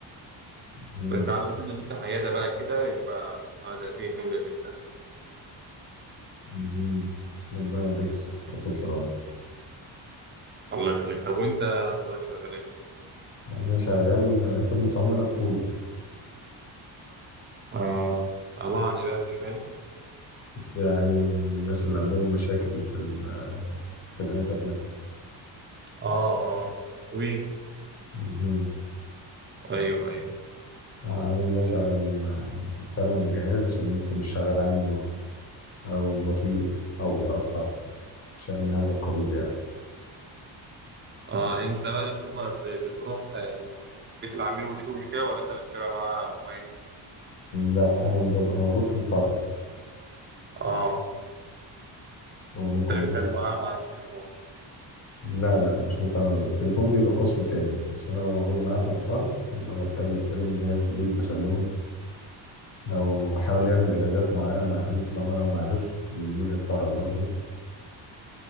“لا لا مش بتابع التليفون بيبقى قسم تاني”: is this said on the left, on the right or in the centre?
Left